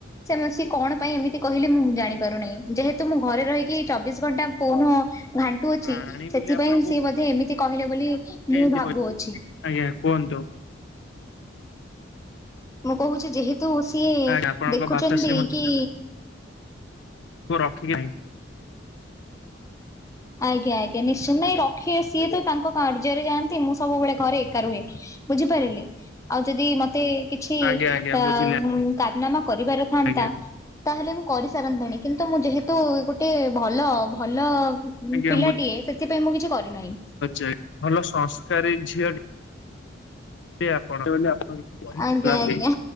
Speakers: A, on the left; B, on the left.
A: ସେ ସିଏ କଣ ପାଇଁ ଏମତି କହିଲେ ମୁଁ ଜାଣିପାରୁନାହିଁ। ଯେହେତୁ ମୁଁ ଘରେ ରହିକି ଚବିଶି ଘଣ୍ଟା ଫୋନ ଘାଣ୍ଟୁ ଅଛି।
B: ପ୍ରାଣୀ ବୋଲି
A: ସେଥିପାଇଁ
B: ଆପଣଙ୍କୁ
A: ସିଏ ମଧ୍ୟ ଏମିତି କହିଲେ ବୋଲି
B: କେମିତି
A: ମୁଁ ଭାବୁଅଛି।
B: କହିଲେ? ଆଜ୍ଞା କୁହନ୍ତୁ।
A: ମୁଁ କହୁଛି ଯେହେତୁ ସିଏ
B: ଆଜ୍ଞା ଆପଣଙ୍କ
A: ଦେଖୁଛନ୍ତି
B: ଭ୍ରାତାଶ୍ରୀ
A: କି
B: କୋଉ ରଖିକି ନାହିଁ।
A: ଆଜ୍ଞା ଆଜ୍ଞା। ନିଶ୍ଚିନ୍ତ ନାଇଁ ରଖିବେ ସିଏ
B: ଆଜ୍ଞା
A: ତ ତାଙ୍କ କାର୍ଯ୍ୟରେ ଯାଆନ୍ତି। ମୁଁ ସବୁବେଳେ ଘରେ ଏକା ରୁହେ। ବୁଝିପାରିଲେ? ଆଉ ଯଦି ମତେ କିଛି
B: ଆଜ୍ଞା ଆଜ୍ଞା
A: ଅ
B: ବୁଝିଲି।
A: କାରନାମା କରିବାର ଥାନ୍ତା?
B: ଆଜ୍ଞା
A: ତାହେଲେ ମୁଁ କରିସାରନ୍ତେଣି। କିନ୍ତୁ ମୁଁ ଯେହେତୁ ଗୋଟେ ଭଲ ଭଲ ଉମ୍
B: ଆଜ୍ଞା
A: ପିଲାଟିଏ ସେଥିପାଇଁ ମୁଁ କିଛି କରିନାହିଁ।
B: <inaudible> ଭଲ ସଂସ୍କାରୀ ଝିଅ ଟି <inaudible> କହିପାରୁନାହାନ୍ତି।
A: ଆଜ୍ଞା ଆଜ୍ଞା।